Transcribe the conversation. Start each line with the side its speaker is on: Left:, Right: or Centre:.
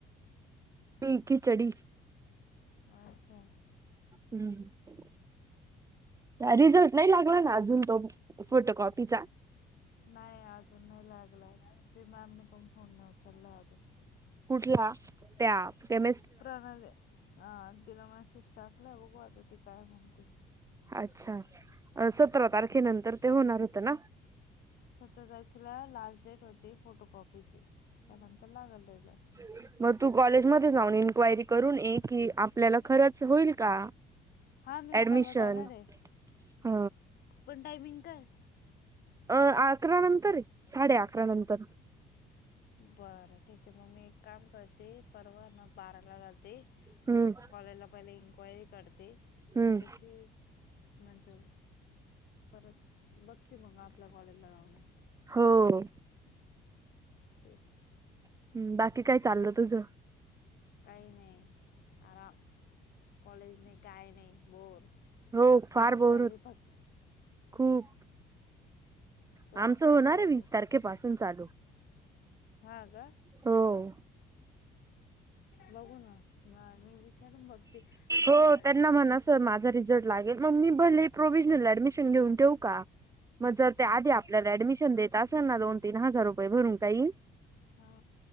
Right: मीखी चढी
Left: अच्छा
Right: हम्म अच रिझर््ट नाही लागला ना जून तो फोटोकॉपीचा
Left: नाही अजून नाही लागला तिथे मॅमने पण फोन नाही उचलला अजून
Right: कुठला त्याम
Left: प्रणाले अ तिला मॅसेज टाकला बघ आता ती काय म्हणते
Right: अच्छा सतरा तारखेनंतर ते होणार होतं ना
Left: सतरा तारखेला लास्ट डेट होती फोटोकॉपीची त्यानंतर लागलले जा
Right: ह मग तू कॉलेजमध्ये जाऊन इन्क्वायरी करून ये की आपल्याला खरंच होईल का
Left: हा मी उपरवर
Right: ऍडमिशन
Left: जाणार आहे
Right: ह
Left: पण टायमिंग काय
Right: अ अकरा नंतर साडे अकरा नंतर
Left: बरं ठीक आहे मग मी एक काम करते परवा ना बाराला जाते
Right: हम्म
Left: कॉलाला पहिले इन्क्वायरी करते
Right: हम्म
Left: मग तशीच म्हणजे परत बघते मग आपल्या कॉलेजला लाऊणे
Right: हो
Left: तेच
Right: हम् बाकी काय चाललं तुझं
Left: काही नाही आराम कॉलेज नाही काय नाही बोर
Right: हो फार
Left: क्लास
Right: बोर
Left: चालू
Right: होत
Left: फक्त
Right: खूप
Left: क्लास
Right: आमचं
Left: चालू
Right: होणार आहे
Left: फक्त
Right: वीस तारखेपासून चालू
Left: हा का
Right: हो.
Left: बघू ना मी त्याच्यान मग ते
Right: हो
Left: झालं ऍडमिशन
Right: त्यांना म्हणा सर माझा जर लागेल मग मी भले प्रोव्हजनल ऍडमिशन घेऊन ठेऊ का मग जर ते आधी आपल्याला ऍडमिशन देत असेल ना दोन तीन हजार रुपये भरून काही
Left: हा